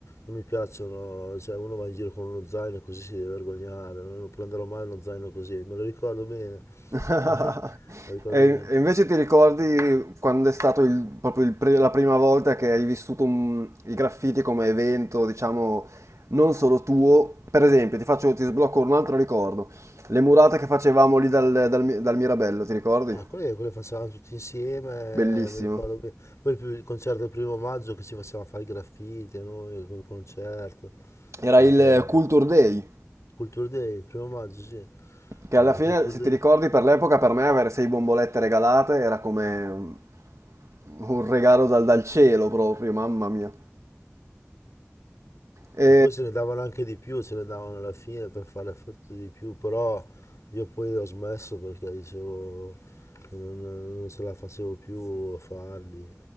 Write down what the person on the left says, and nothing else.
non mi piacciono, cioè uno va in giro con uno zaino così si deve vergognare, no? non prenderò mai uno zaino così, me lo ricordo bene,
<laughs> me lo ricordo
bene.
Eh, quelle, quelle facevamo tutti insieme,
eh, mi ricordo bene. Poi il pri- il concerto del primo maggio che ci facevamo fare i graffiti, noi col concerto.
Eh,
tra-
Culture Day, il primo maggio, sì.
Eh,
Culture
Day.
E poi se ne davano anche di più, se ne davano alla fine per fare effetto di più, però io poi ho smesso perché dicevo che non, non ce la facevo più a farli.